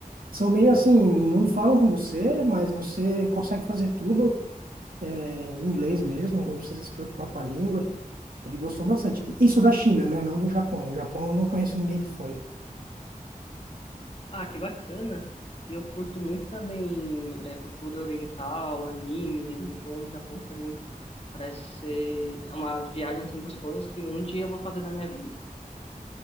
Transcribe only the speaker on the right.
são meio assim, não falam com você, mas você consegue fazer tudo é, em inglês mesmo, não precisa se preocupar com a língua. Ele gostou bastante. Isso da China, né? Não do Japão. O Japão eu não conheço ninguém que foi.